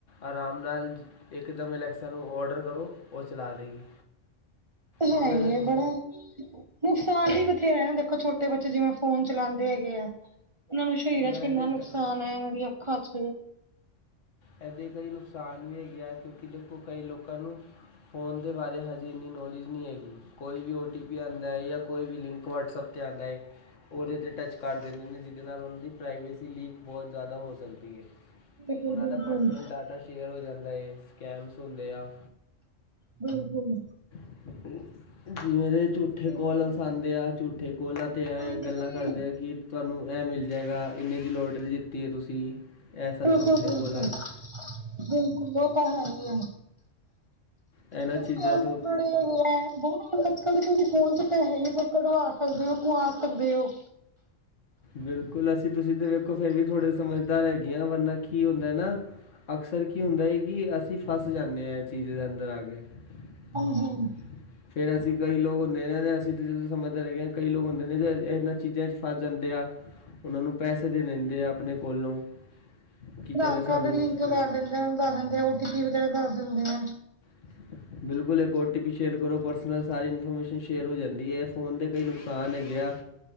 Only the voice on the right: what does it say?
ਉਹ ਤੇ
ਹੈ ਹੀ ਐ ਬੜਾ ਨੁਕਸਾਨ ਵੀ ਬਥੇਰਾ ਐ ਨਾ, ਦੇਖੋਂ ਛੋਟੇ ਬੱਚੇ ਜਿਵੇਂ ਫੋਨ ਚਲਾਉਂਦੇ ਹੈਗੇ ਆ। ਇਹਨਾਂ ਨੂੰ ਸਰੀਰਾਂ
'ਚ ਕਿੰਨਾ
ਨੁਕਸਾਨ
ਐ, ਉਹਨਾਂ ਦੀਆਂ ਅੱਖਾਂ 'ਚ।
ਬਿਲਕੁਲ,
ਬਿਲਕੁਲ,
ਹੂੰ ਹੂੰ।
ਹੈ ਹੀ
ਹਾਂਜੀ।
ਬਿਲਕੁਲ
ਬਿਲਕੁਲ
ਬਿਲਕੁਲ ਉਹ ਤਾਂ ਹੈ ਹੀ ਹੈ।
ਕਿੱਥੇ
ਉਹਨੂੰ
ਬੜੀ ਹੈ ਗਿਆ ਹੈ। ਬਹੁਤ ਅੱਜ ਕੱਲ੍ਹ ਦੇਖੋ ਜੀ ਫੋਨ ਚ ਪੈਸੇ ਹੀ ਕੱਢਵਾ ਸਕਦੇ ਹੋ ਪਵਾ ਸਕਦੇ ਹੋ।
ਆਧਾਰ
ਆਧਾਰ ਕਾਰਡ
ਲਿੰਕ
ਕਰ ਦਿੰਦੇ ਆ ਉਹਨੂੰ ਦੱਸ ਦਿੰਦੇ ਆ ਓ ਟੀ ਪੀ ਵਗੈਰਾ ਦਸ ਦਿੰਦੇ ਆ।